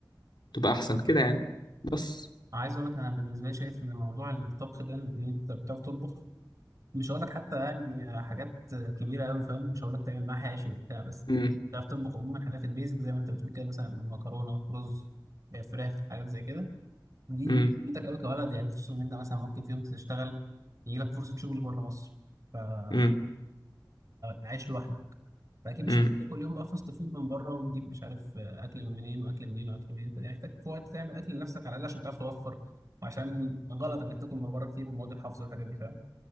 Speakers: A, on the left; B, on the right.
A: تبقى احسن كده يعني بس
B: عايز اقول لك انا بالنسبه لي شايف ان موضوع الطبخ ده ان انت بتعرف تطبخ مش هقول لك حتى يعني حاجات كبيره قوي فاهم مش هقول لك تعمل معاه حاشي وبتاع بس
A: مم.
B: تعرف تطبخ عموما حاجات البيزك زي ما انت بتقول كده مثلا مكرونه رز آه، فراخ حاجات زي كده دي
A: امم
B: بتفيدك قوي كولد يعني خصوصا ان انت مثلا ممكن في يوم تشتغل يجي لك فرصه شغل بره مصر فتبقى
A: امم
B: عايش لوحدك فاكيد مش
A: امم
B: هتطلع كل يوم بقى فاست فود من بره وتجيب مش عارف آه، اكل من منين واكل منين واكل منين انت محتاج في وقت تعمل اكل لنفسك على الاقل عشان تعرف توفر وعشان غلط انك تاكل من بره كتير ومواد الحافظ والحاجات دي فاهم